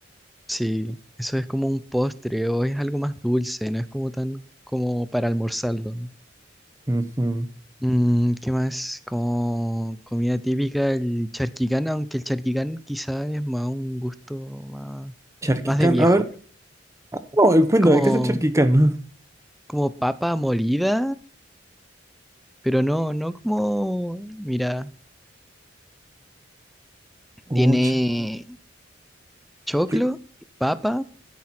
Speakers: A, in the centre; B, on the right (about 15°).
A: sí, eso es como un postre o es algo más dulce, no es como tan como para almorzarlo.
B: Ujú.
A: Mm, ¿qué más? Como comida típica, el charquicán, aunque el charquicán quizá es más un gusto más,
B: Charquicán,
A: más de viejo.
B: a ver. No, eh, cuéntame,
A: Es como,
B: ¿qué es el charquicán?
A: como papa molida Pero no, no como, mira,
B: <laughs>
A: tiene
B: Oh, char-
A: choclo,
B: yo-
A: papa,